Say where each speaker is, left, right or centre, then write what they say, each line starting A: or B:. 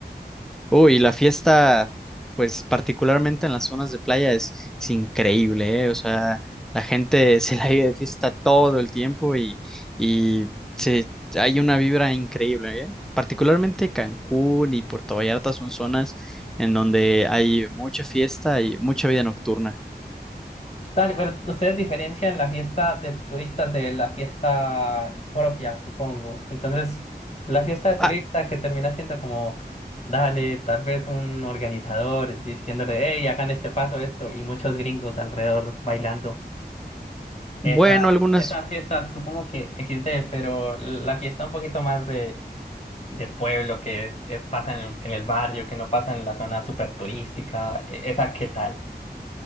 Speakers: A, in the centre; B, on the left (about 40°).
A: Uy, la fiesta, pues particularmente en las zonas de playa es, es increíble, ¿eh? O sea, la gente <laughs> se la vive de fiesta todo el tiempo y, y se, hay una vibra increíble, ¿eh? Particularmente Cancún y Puerto Vallarta son zonas en donde hay mucha fiesta y mucha vida nocturna.
B: Dale, pero ustedes diferencian la fiesta de turistas de la fiesta propia, supongo. Entonces, la fiesta de turista
A: Ah,
B: que termina siendo como, dale, tal vez un organizador diciéndole, hey, hagan este paso, esto, y muchos gringos alrededor bailando. Esa,
A: bueno, algunas
B: esa fiesta, supongo que XD, pero la fiesta un poquito más de de pueblo que es, eh, pasan en, el, en el barrio, que no pasan en la zona súper turística. e- ¿Esa qué tal?